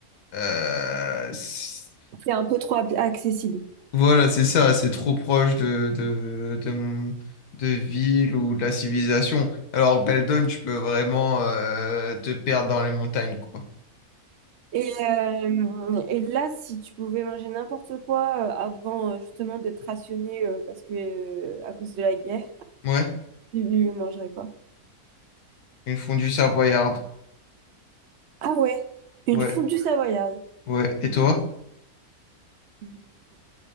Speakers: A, on the left (about 85°); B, on the right (about 60°).
A: Euh, c-
B: C'est un peu trop ab- accessible.
A: voilà, c'est ça, c'est trop proche de, de, de, mon- de ville ou de la civilisation. Alors, Beldon, tu peux vraiment euh, te perdre dans les montagnes, quoi.
B: Et, euh, et là, si tu pouvais manger n'importe quoi euh, avant euh, justement de te rationner euh, parce que euh, à cause de la guerre,
A: Ouais,
B: tu tu mangerais quoi?
A: une fondue savoyarde.
B: Ah ouais, une
A: Ouais,
B: fondue savoyarde.
A: ouais. Et toi?
B: Hmm,